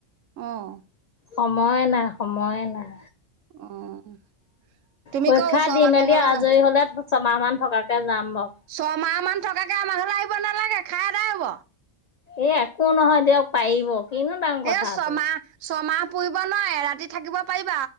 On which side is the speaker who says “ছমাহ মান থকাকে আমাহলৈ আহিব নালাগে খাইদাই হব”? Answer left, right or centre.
Right